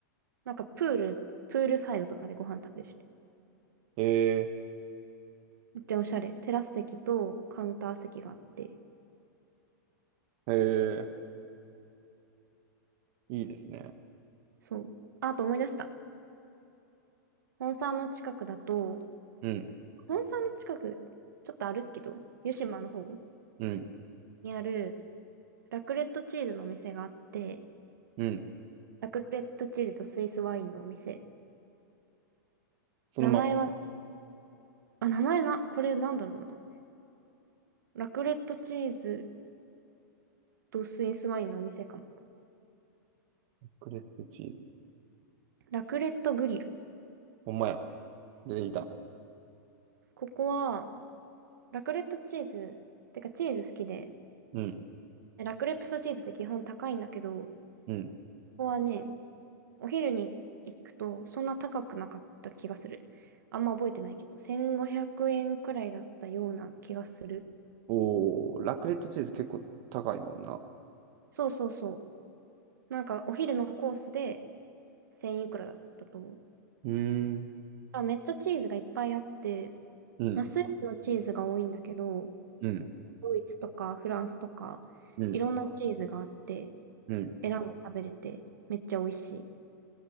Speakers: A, on the right; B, on the right.
A: なんかプール、プールサイドとかでご飯食べれる。
B: へえ、
A: めっちゃおしゃれ。テラス席とカウンター席があって。
B: へえ、いいですね。
A: そう。あ、あと思い出した。本山の近くだと、
B: うん、
A: 本山の近く、ちょっと歩くけど、湯島の方
B: うん、
A: にあるラクレットチーズのお店があって、
B: うん。
A: ラクレットチーズとスイスワインのお店。
B: そのまま、
A: 名前は、あ、名前な、これなんだろうな。ラクレットチーズとスイスワインのお店かも。
B: ラクレットチーズ。
A: ラクレットグリル。
B: ほんまや。出てきた。
A: ここは、ラクレットチーズ、てかチーズ好きで、
B: うん、
A: ラクレットチーズって基本高いんだけど、こ
B: うん。
A: こはね、お昼に行くとそんな高くなかった気がする。あんま覚えてないけど、1500円くえんくらいだったような気がする。
B: おー、ラクレットチーズ結構高いもんな。
A: そうそうそう。なんかお昼のコースで1000いくらだったと思う。
B: うーん、
A: あ、めっちゃチーズがいっぱいあって、
B: うん、
A: まあ、スイスのチーズが多いんだけど、
B: うん、
A: ドイツとかフランスとか、
B: うん、
A: いろんなチーズがあって、
B: うん。
A: 選んで食べれて、めっちゃ美味しい。